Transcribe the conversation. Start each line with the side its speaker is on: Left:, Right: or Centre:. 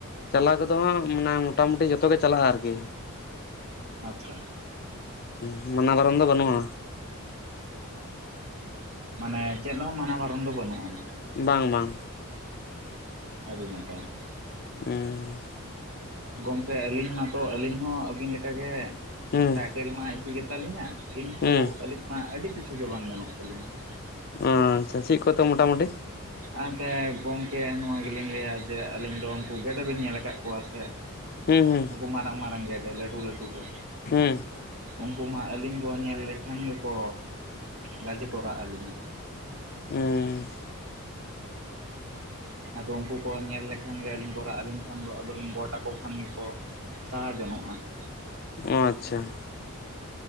Left: ᱪᱟᱞᱟᱣ ᱠᱚᱫᱚ ᱦᱟᱸᱜ ᱢᱟᱱᱮ ᱢᱚᱴᱟ ᱢᱩᱴᱤ ᱡᱷᱚᱛᱚ ᱜᱮ ᱪᱟᱞᱟᱜᱼᱟ ᱟᱨᱠᱤ᱾
Right: ᱟᱪᱪᱷᱟ᱾
Left: ᱦᱩᱸ ᱢᱟᱱᱟ ᱵᱟᱨᱚᱱ ᱫᱚ ᱵᱟᱹᱱᱩᱜᱼᱟ᱾
Right: ᱢᱟᱱᱮ ᱪᱮᱫ ᱦᱚᱸ ᱢᱟᱱᱟ ᱵᱟᱨᱚᱱ ᱫᱚ ᱵᱟᱹᱱᱩᱜ ᱟᱱᱟ᱾
Left: ᱵᱟᱝ ᱵᱟᱝ᱾
Right: ᱟᱰᱤ ᱱᱟᱯᱟᱭ᱾
Left: ᱩᱸᱼᱼ
Right: ᱜᱚᱝᱠᱮ ᱟᱹᱞᱤᱧ ᱢᱟᱛᱚ ᱟᱹᱞᱤᱧ ᱦᱚᱸ ᱟᱹᱵᱤᱱ ᱞᱮᱠᱟᱜᱮ
Left: ᱦᱩᱸ
Right: ᱴᱟᱭᱴᱮᱞ ᱢᱟ ᱮᱠᱤ ᱜᱮ ᱛᱟᱞᱤᱧᱟ᱾ ᱠᱤᱱᱛᱩ
Left: ᱦᱩᱸ
Right: ᱟᱹᱞᱤᱧ ᱢᱟ ᱟᱹᱰᱤ ᱠᱤᱪᱷᱩ ᱜᱮ ᱵᱟᱝ ᱜᱟᱱᱚᱜ ᱛᱟᱹᱞᱤᱧᱟ ᱾
Left: ᱟᱪᱪᱷᱟ ᱪᱮᱫ ᱠᱚᱛᱚ ᱢᱳᱴᱟᱢᱩᱴᱤ?
Right: ᱟᱼᱛᱮ ᱜᱚᱢᱠᱮ ᱱᱚᱣᱟ ᱜᱮᱞᱤᱧ ᱞᱟᱹᱭᱟ ᱡᱮ ᱟᱹᱞᱤᱧ ᱫᱚ ᱩᱱᱠᱩ ᱜᱮᱰᱮ ᱵᱤᱱ ᱧᱮᱞ ᱟᱠᱟᱫ ᱠᱚᱣᱟ ᱥᱮ?
Left: ᱦᱩᱸ ᱦᱩᱸ
Right: ᱩᱱᱠᱩ
Left: ᱾
Right: ᱢᱟᱨᱟᱝ ᱢᱟᱨᱟᱝ ᱜᱮᱰᱮ ᱞᱟᱹᱴᱩ ᱞᱟᱹᱴᱩ ᱠᱚ?
Left: ᱦᱩᱸ᱾
Right: ᱩᱱᱠᱩ ᱢᱟ ᱟᱹᱞᱤᱧ ᱠᱚ ᱧᱮᱞ ᱞᱮᱠᱷᱟᱱ ᱜᱮᱠᱚ ᱜᱟᱡᱮ ᱠᱚ ᱨᱟᱜ ᱟᱹᱞᱤᱧᱟ᱾
Left: ᱩᱸ ᱾
Right: ᱟᱫᱚ ᱩᱱᱠᱩ ᱠᱚ ᱧᱮᱞ ᱞᱮᱠᱷᱟᱱ ᱜᱮ ᱟᱹᱞᱤᱧ ᱠᱚ ᱨᱟᱜ ᱟᱹᱞᱤᱧ ᱠᱷᱟᱱ ᱫᱚ ᱟᱫᱚᱞᱤᱧ ᱜᱚᱴ ᱟᱠᱚ ᱠᱷᱟᱱ ᱜᱮᱠᱚ ᱛᱟᱦᱟ ᱡᱚᱱᱚᱜᱼᱟ ᱾
Left: ᱚᱻ ᱟᱪᱷᱟ ᱾